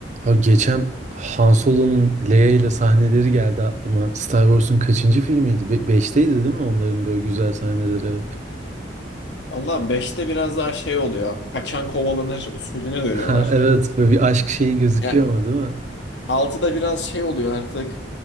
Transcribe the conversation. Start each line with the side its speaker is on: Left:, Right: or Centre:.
Right: Abi geçen Han Solo'nun Leia ile sahneleri geldi aklıma. Star Wars'un kaçıncı filmiydi? Be beşteydi değil mi? Onların böyle güzel sahneleri hep.
Left: Valla beşte biraz daha şey oluyor. Kaçan kovalanır usulüne dönüyorlar.
Right: Ha evet böyle bir aşk şeyi gözüküyor
Left: Yani
Right: ama değil mi?
Left: altıda biraz şey oluyor artık.